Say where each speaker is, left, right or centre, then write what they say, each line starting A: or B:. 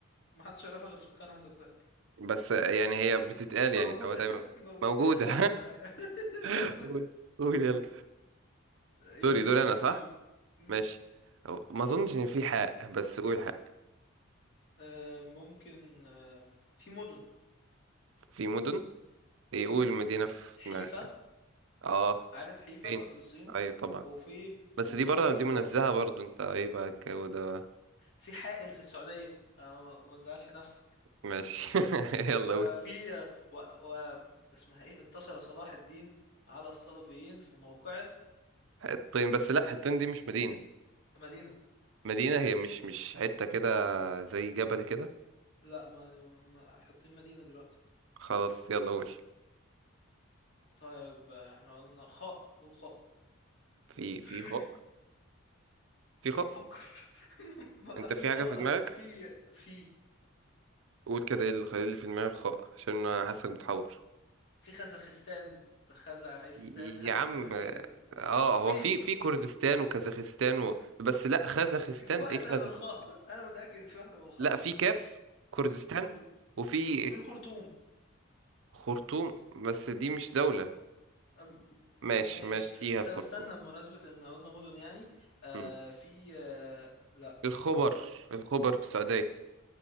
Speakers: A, on the left; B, on the right.
A: ما حدش يعرفها غير سكانها صدقني
B: بس يعني هي بتتقال يعني
A: موجودة
B: لو دايما
A: <laughs> موجودة
B: موجودة
A: أيوة ما أنا عارف. <laughs>
B: <laughs>
A: موجودة
B: قول قول يلا
A: يا
B: دوري
A: ابني
B: دوري
A: لسه
B: انا
A: قايل
B: صح
A: الجيم مم.
B: ماشي أو- ما اظنش ان في حق بس قول حق
A: آه ممكن آه في مدن
B: في مدن يقول
A: في مدن
B: مدينة في
A: حيفا
B: دماغك كده. اه
A: عارف حيفا
B: فين
A: في فلسطين
B: ايوه طبعا
A: وفي
B: بس
A: وفي
B: دي بره دي
A: آه
B: منزهة برضو انت ايه بقى الجو ده بقى؟
A: في حائل في السعودية آه ما تزعلش نفسك
B: ماشي <laughs> يلا
A: وفي
B: قول
A: آه و, و اسمها ايه انتصر صلاح الدين على الصليبيين في موقعة
B: حطين بس لا حطين دي مش مدينة
A: مدينة
B: مدينة هي مش مش حتة كده زي جبل كده
A: لا ما ما- ما- حاطين مدينة دلوقتي
B: خلاص يلا قول
A: طيب آه، احنا قلنا خاء قول خاء
B: في في
A: <clears throat>
B: خاء في خاء
A: فكر <laughs> ما-
B: انت
A: في
B: في
A: خو...
B: حاجة في دماغك
A: في في
B: قول كده ايه اللي إيه اللي في دماغك خاء عشان انا حاسك بتحور
A: في خزخستان خزعستان
B: يا
A: حاجة
B: عم
A: شبه كده
B: اه
A: في
B: هو في في كردستان وكازاخستان و... بس لا خزخستان
A: في واحدة
B: ايه خزخستان
A: بالخاء أنا متأكد إن في واحدة بالخاء
B: لا في كاف كردستان
A: و-
B: وفي
A: وفي الخرطوم
B: خرطوم بس دي مش دولة
A: أم-
B: ماشي
A: ماشي
B: ماشي فيها الخرطوم
A: طب استنى بمناسبة إن قلنا مدن يعني آه
B: مم.
A: في آه لا
B: الخبر
A: كنت هقول لك
B: الخبر في السعودية